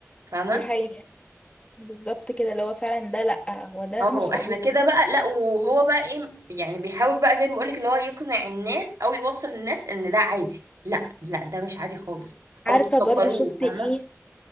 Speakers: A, on the right; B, on the left.
A: فاهمه
B: دي حقيقة بالظبط كده اللي هو فعلا ده لأ هو ده
A: اه
B: مش
A: احنا
B: مقبول
A: كده بقى لا وهو بقى ايه يعني بيحاول بقى زي ما بقولك اللي هو يقنع الناس او يوصل الناس ان ده عادي لا لا ده مش عادي خالص او
B: عارفة
A: تقبلوه
B: برضو شفت
A: فاهمه
B: ايه